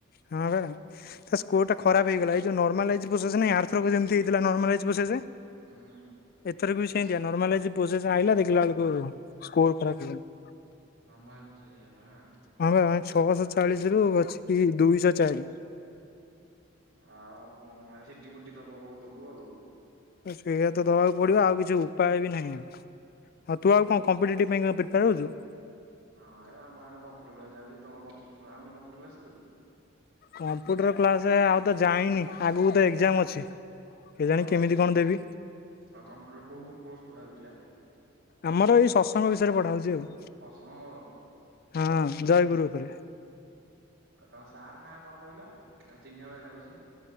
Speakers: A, on the left; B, on the right.
A: ହଁ <unintelligible> ତା ସ୍କୋଟା ଖରାପ ହେଇଗଲା। ଏଇ ଯୋଉ ନର୍ମାଲାଇଜ୍ ପ୍ରୋସେସ୍ ନାହିଁ, ଆରଥରକ ଯେମତି ହେଇଥିଲା ନର୍ମାଲାଇଜ୍ ପ୍ରୋସେସେ।
B: ହୁଁ।
A: ଏଥେରେ ବି ସେନ୍ତିଆ। ନର୍ମାଲାଇଜ୍ ପୋଜେସ ଆଇଲା, ଦେଖିଲା ବେଳକୁ ସ୍କୋର ଖରାପ ହେଇଗଲା।
B: ନର୍ମାଲ ପ୍ରୋସେସ ହେଇଗଲା ଆଁ?
A: ହଁ ବା, ମାନେ ଛଅଶହ ଚାଳିଶରୁ ଅଛିକି ଦୁଇଶ ଚାରି।
B: ଆଉ କଣ ସି ଟି ଫିଟି ଦବୁ ଦବୁ ଆଉ।
A: ହୁଁ, ସେଇଆ ତ ଦବାକୁ ପଡିବ ଆଉ କିଛି ଉପାୟ ବି ନାହିଁ ଆଉ। ହଁ ତୁ ଆଉ କଣ କମ୍ପିଟେଟିଭ୍ ପାଇଁ କଣ ପ୍ରିପେୟାର ହଉଛୁ?
B: ନାଇଁ ବା ଆମର ଆଡ଼େ କମ୍ପ୍ୟୁଟର କ୍ଲାସ୍ ଯାଉଛି, ତମ କମ୍ପୁ ଆଉନି କମ୍ପ୍ୟୁଟର କ୍ଲାସ୍ ତୁ?
A: କମ୍ପ୍ୟୁଟର କ୍ଲାସ ଆଉ ତ ଯାଇନି, ଆଗକୁ ତ ଏକ୍ଜାମ ଅଛି। କେଜାଣି
B: ଓ
A: କେମିତି କଣ ଦେବି?
B: ତମ କମ୍ପ୍ୟୁଟର କୋଉ କୋଉ କୋର୍ସ ପଢା ହଉଛି ଆ?
A: ଆମର ଏଇ ସତସଙ୍ଗ ବିଷୟରେ ପଢ଼ା ହଉଛି ଆଉ।
B: ପସଙ୍ଗ?
A: ହଁ, ଜୟଗୁରୁ ଉପରେ।
B: ଆଉ ତମ ସାର୍ ନାଁ କଣ କହିଲ? ଆ ଚିହ୍ନିଲା ଭଳିଆ ଲାଗୁଛି।